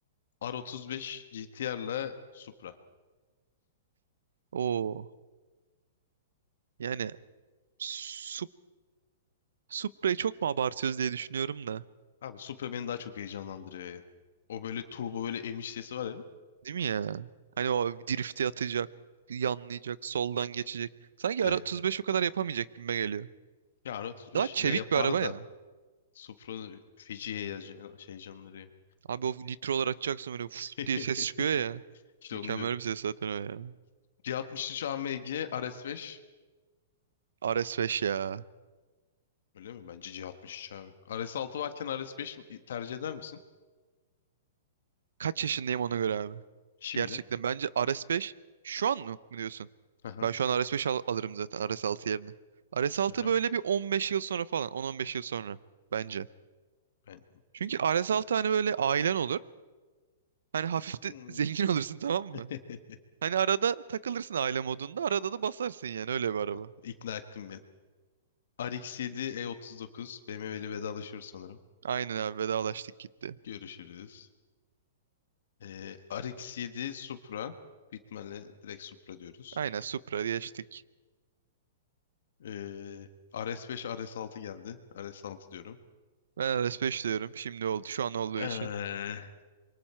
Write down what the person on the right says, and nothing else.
Oo. Yani Sup Supra'yı çok mu abartıyoruz diye düşünüyorum da.
Değil mi ya? Hani o drifti atacak, yanlayacak, soldan geçecek. Sanki
ara 35 o kadar yapamayacak gibime geliyor.
Daha çevik
bir araba
ya.
Abi o nitrolar açacaksın böyle fıs
diye ses çıkıyor ya.
Mükemmel
bir ses zaten o ya.
RS5 ya.
Kaç yaşındayım ona göre abi.
Gerçekten bence Ares 5 şu an mı, mı diyorsun?
Ben şu an Ares 5 al- alırım zaten Ares 6 yerine. Ares 6
böyle
bir 15 yıl sonra falan 10-15 yıl sonra bence.
Çünkü Ares 6 hani böyle ailen olur. Hani hafif
de zengin <laughs> olursun tamam
mı? Hani arada takılırsın aile modunda arada da basarsın yani öyle bir araba.
Aynen abi vedalaştık gitti.
Aynen Supra geçtik.
Ben Ares 5 diyorum şimdi oldu şu an olduğu
için.